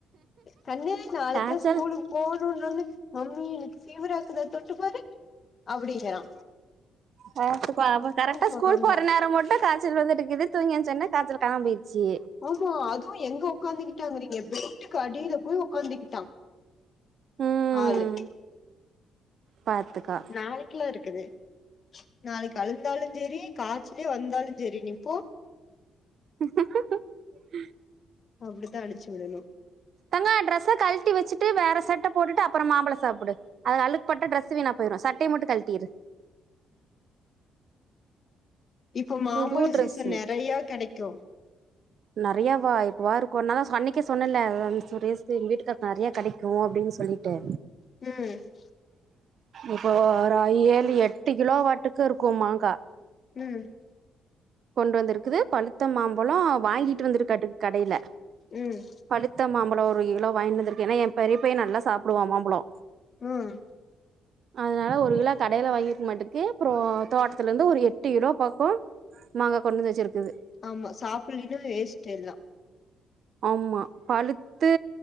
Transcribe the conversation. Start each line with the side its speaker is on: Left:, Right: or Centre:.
Left: கண்ணு நாளைக்குல்லா
Right: காய்ச்சல்
Left: ஸ்கூலு போணுனோனே மம்மி எனக்கு ஃபீவரா இக்குதா தொட்டு பாரு அப்டிங்றா
Right: நேத்து பா அப்ப கரெக்டா
Left: சொன்னோனே
Right: ஸ்கூல் போற நேர மட்டு கா ய்ச்சல் வந்துட்டு இருக்குது தூங்கி எந்திச்ச உடனே காய்சல் காணாம போயிருச்சு
Left: ஆமா அதுவு எங்க உக்காந்துக்கிட்டாங்கிறீங்க பெட்டுக்கு அடியில போய் உக்காந்துக்கிட்டா
Right: ம்
Left: ஆளு
Right: பாத்துக்கோ
Left: நாளைக்குல்லா இருக்குது நாளைக்கு அழுந்தாலு சரி காய்ச்சலே வந்தாலு சரி நீ போ
Right: ஹம் ஹம் ஹம் ஹம்
Left: அப்டி தா அனுப்ச்சு விடனு
Right: தங்கோ ட்ரஸ கழட்டி வச்சிட்டு வேற சட்டை போட்டுட்டு அப்புறோ மாம்பழோ சாப்பிடு அது அழுக்குப்பட்டா டிரெஸ்ஸு வீணா போயிரு சட்டைய மட்டு கழட்டிரு
Left: இப்போ மாம்பழோ
Right: புது ட்ரெஸ்ஸு
Left: சீசன் நெறையா கெடைக்கு
Right: நெறயாவா எப்பவா இருக்கு நா தா அன்னைக்கே சொன்னேல்ல வ சுரேஷ்க்கு எ வீட்டுக்கார் நெறய கெடைக்கு அப்டின் சொல்லி ட்டே
Left: ம்
Right: இப்போ ஒரு ஏழு எட்டு கிலோ வாட்டுக்கு இருக்கு மாங்கா
Left: ம்
Right: கொண்டு வந்து இருக்குது பழுத்த மாம்பழோ வாங்கிட்டு வந்திருக்காட்டுக்கு கடைல
Left: ம்
Right: பழுத்த மாம்பழோ ஒரு கிலோ வாங்கிட்டு வந்து இருக்கு ஏனா எ பெரிய பைய நல்லா சாப்டுவா மாம்பழோ
Left: ம்
Right: அதனால ஒரு கிலோ கடையில வாங்கிருக்கு மாட்டுக்கு அப்றோ தோட்டத்துல இருந்து ஒரு எட்டு கிலோ பக்கோ மாங்க கொண்டு வந்து வச்சிருக்குது
Left: ஆமா சாப்பிடலினா வேஸ்ட் எல்லா
Right: ஆமா பழு த்து